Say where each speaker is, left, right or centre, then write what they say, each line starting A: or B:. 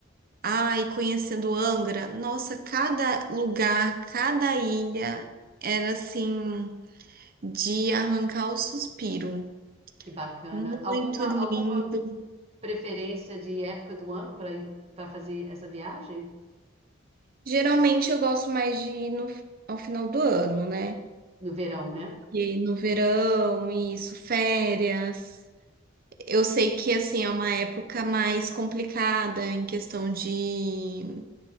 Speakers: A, on the right (about 50°); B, on the right (about 35°).
A: Ai, conhecendo Angra. Nossa, cada lugar, cada ilha era assim de arrancar o suspiro.
B: Que bacana.
A: Muito
B: Alguma,
A: lindo.
B: alguma preferência de época do ano para para fazer essa viagem?
A: Geralmente eu gosto mais de ir no, ao final do ano, né?
B: No verão, né?
A: E no verão, isso, férias. Eu sei que assim é uma época mais complicada em questão de,